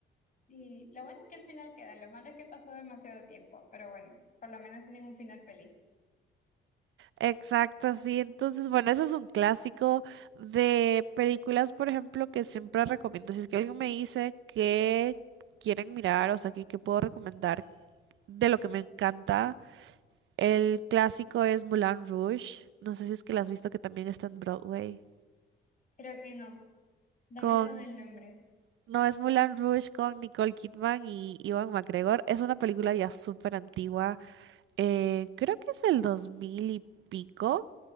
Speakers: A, on the left; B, on the right.
A: sí, lo bueno es que al final queda, lo malo es que pasó demasiado tiempo, pero bueno, por lo menos tienen un final feliz.
B: Exacto, sí. Entonces, bueno, eso es un clásico de películas, por ejemplo, que siempre recomiendo. Si es que alguien me dice que quieren mirar, o sea, que, que puedo recomendar de lo que me encanta, el clásico es Moulin Rouge. No sé si es que la has visto, que también está en Broadway.
A: Creo que no. No
B: con
A: me suena el nombre.
B: No, es Mulan Rouge con Nicole Kidman y Ivan McGregor. Es una película ya súper antigua. eh, creo que es del 2000 y pico.